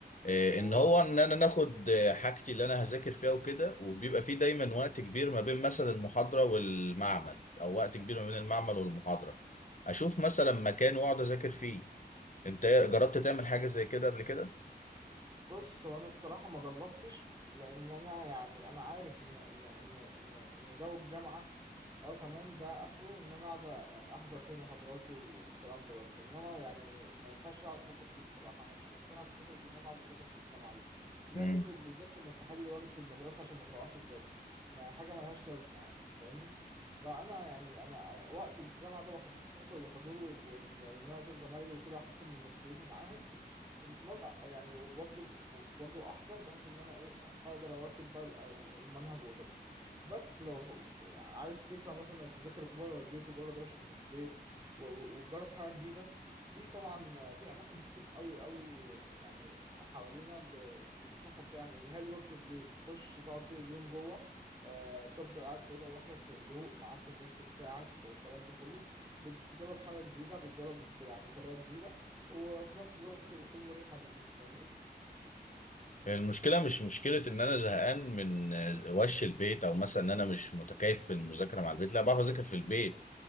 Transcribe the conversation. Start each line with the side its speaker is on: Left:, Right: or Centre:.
Left: آه،
Right: قول
Left: ان هو
Right: يا باشا
Left: ان انا ناخد آه، حاجتي اللي انا هذاكر فيها وكده وبيبقى فيه دايما وقت كبير ما بين مثلا المحاضرة والمعمل او وقت كبير ما بين المعمل والمحاضرة اشوف مثلا مكان واقعد اذاكر فيه انت جربت تعمل حاجة زي كده قبل كده؟
Right: بص هو انا الصراحه ما جربتش لان انا يعني انا عارف ان ان ان ان ان جو الجامعه اه تمام ده اخره ان انا اقعد يعني احضر فيه محاضراتي والكلام ده بس انما يعني ما ينفعش اقعد اذاكر فيه الصراحه انا مش مقتنع بفكره ان انا اقعد اذاكر في الجامعه دي زي
Left: مم.
Right: فكره بالظبط انك تحل الواجب في المدرسه عشان ما تروحش تذاكر ما حاجه ملهاش لازمه يعني انت فاهمني فانا يعني انا وقت الجامعه ده بخصصه للحضور وال- وان انا اشوف زمايلي وكده احسن من نفسيتي معاهم بالمرة يعني وبرضه وبرضه أحضر بحيث إن أنا إيه أقدر أواكب بقى ال- المنهج وكده بس لو عايز فكرة مثلا إنك تذاكر بره البيت وبره دوشة البيت و- و- وتجرب حاجة جديدة في طبعا في أماكن كتير قوي قوي يعني حوالينا ب- بيسمحوا بده يعني اللي هي الورك سبيس تخش تقعد طول اليوم جوه آه، تفضل قاعد في أوضة لوحدك في هدوء معاك النت بتاعك والكلام ده كله بتجرب حاجة جديدة بتجرب يعني طريقة جديدة وفي نفس الوقت بتكون مريحة ليك أنت فاهمني؟
Left: المشكلة مش مشكلة إن أنا زهقان من آه، وش البيت أو مثلا إن أنا مش متكيف في المذاكرة مع البيت، لا بعرف أذاكر في البيت،